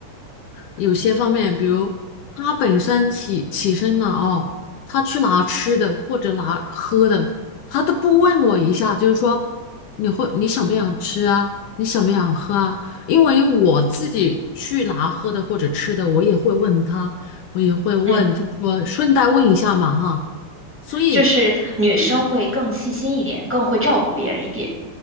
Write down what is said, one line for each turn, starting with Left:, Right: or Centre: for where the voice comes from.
Left: 有些方面，比如他本身起起身了哦，他去拿吃的或者拿喝的，他都不问我一下，就是说你会你想不想吃啊？你想不想喝啊？因为我自己去拿喝的或者吃的，我也会问他，我也会问，
Centre: 嗯，
Left: 就说顺带问一下嘛哈。所以，
Centre: 就是女生会更细心一点，更会照顾别人一点。